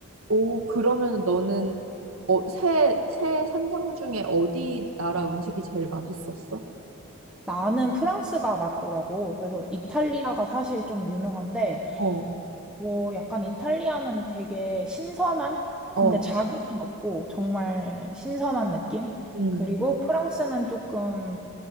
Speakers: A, on the right; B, in the centre.
A: 오, 그러면 너는 어, 새, 새 산장 중에 어디 나라 음식이 제일 맛있었어?
B: 나는 프랑스가 맞더라고. 그래서 이탈리아가 사실 좀 유명한데
A: 어,
B: 어, 약간 이탈리아는 되게 신선한?
A: 어,
B: 근데 자극은 없고 정말 신선한 느낌?
A: 음,
B: 그리고 프랑스는 조금